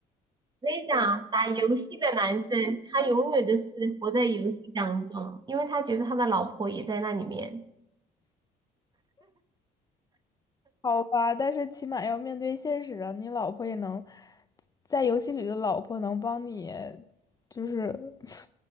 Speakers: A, on the right; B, on the left.
A: 跟你讲啊打游戏的男生他永远都是活在游戏当中，因为他觉得他的老婆也在那里面，
B: 好吧，但是起码要面对现实啊，你老婆也能在游戏里的老婆能帮你，就是 <laughs>